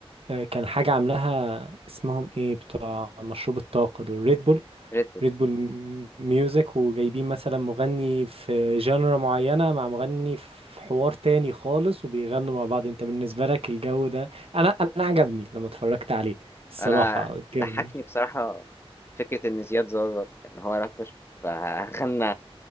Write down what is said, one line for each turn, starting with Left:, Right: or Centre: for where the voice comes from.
Right: آه، كان حاجة عاملاها اسمهم ايه بتاع مشروب الطاقة دول ريد بول
Left: ريد بول
Right: ريد بول م- ميوزك وجايبين مثلا مغني في جانرا معينة مع مغني في حوار تاني خالص وبيغنوا مع بعض انت بالنسبة لك الجو ده انا انا عجبني لما اتفرجت عليه الصراحة
Left: انا
Right: كان
Left: ضحكني بصراحه فكره ان زياد زازا ان هو رابر فغنى